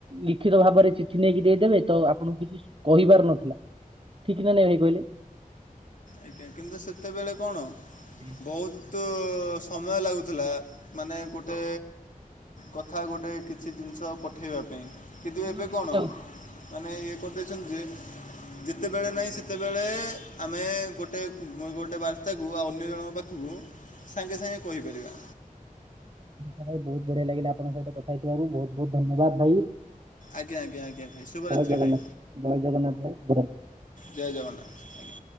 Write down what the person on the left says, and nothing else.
ଆଜ୍ଞା। କିନ୍ତୁ ସେତେବେଳେ କଣ?
ବହୁତ ସମୟ ଲାଗୁଥିଲା ମାନେ ଗୋଟେ କଥା ଗୋଟେ କିଛି ଜିନିଷ ପଠେଇବା ପାଇଁ।
କିନ୍ତୁ
ଏବେ
କଣ।
ମାନେ ଇଏ କରିଦେଇଛନ୍ତି ଯେ ଯେତେବେଳେ ନାହିଁ ସେ- - ସେତେବେଳେ ଆମେ- - ଗୋଟେ ଗୋଟେ ବାର୍ତ୍ତାକୁ ଆଉ ଅନ୍ୟ ଜଣଙ୍କ ପାଖକୁ ସାଙ୍ଗେ ସାଙ୍ଗେ କହିପାରିବା।
ଆଜ୍ଞା ଆଜ୍ଞ ଆଜ୍ଞା ଶୁଭରାତ୍ରି
ଭାଇ।
ଜୟ ଜଗନ୍ନାଥ ଆଜ୍ଞା।